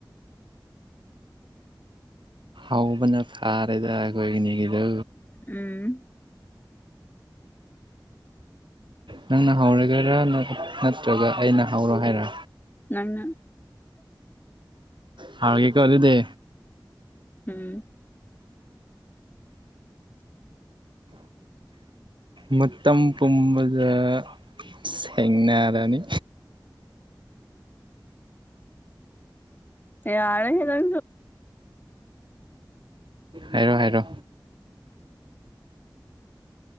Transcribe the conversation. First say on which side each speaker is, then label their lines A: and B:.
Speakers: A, on the right (about 85°); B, on the left (about 25°).
A: ꯍꯧꯕꯅ ꯐꯥꯔꯦꯗ ꯑꯩꯈꯣꯏꯑꯅꯤꯒꯤꯗꯨ
B: ꯎꯝ
A: ꯅꯪꯅ ꯍꯧꯔꯒꯔꯥ ꯅꯠꯇ꯭ꯔꯒ ꯑꯩꯅ ꯍꯧꯔꯣ ꯍꯥꯏꯔ
B: ꯅꯪꯅ
A: <inaudible> ꯍꯔꯒꯦꯀꯣ ꯑꯗꯨꯗꯤ
B: ꯎꯝ
A: ꯃꯇꯝ ꯄꯨꯝꯕꯗ ꯁꯦꯡꯅꯔꯅꯤ
B: ꯌꯥꯔꯦ ꯍꯦ ꯅꯪꯁꯨ
A: <inaudible> ꯍꯥꯏꯔꯣ ꯍꯥꯏꯔꯣ